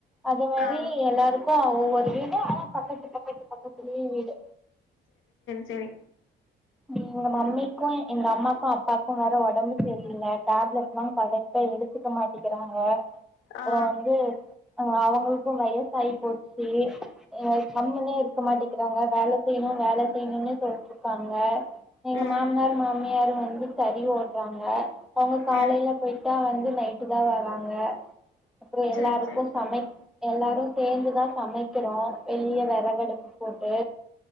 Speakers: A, in the centre; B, on the left.
A: அது மாரி
B: ஆ
A: எல்லாருக்கு ஒவ்வொரு வீட் <inaudible> அனா பக்கத்து பக்கத்து பக்கத்துலேய வீடு
B: செரி
A: நீ எங்க மம்மிக்கு எங்க அம்மாக்கு அப்பாக்கு வேற ஒடம்பு செரியில்ல டேப்லெட்லாம் கரெக்ட்டா எடுத்துக்க மாட்டிக்கிறாங்க அப்புறோ
B: ஆ
A: வந்து அவுங்க அவுங்களுக்கு வயசாயி போச்சு <unintelligible> கம்னே இருக்க மாட்டிங் இருக்கிறாங்க வேலை செய்யணு வேலை செய்யணுன்னே சொல்ட்ருக்கா ங்க எங்க
B: ம்
A: மாமனார் மாமியாரும் வந்து கறி போட்றாங்க அவுங்க காலையில
B: ம்
A: போயிட்டா வந்து நைட் ட்டு தா வராங்க அப்புறோ எல்லாருக்கும்
B: சேரி சேரி
A: சமை எல்லாரு சேந்துதா சமைக்கிறோ வெளிய வெறகடுப்பு போட்டு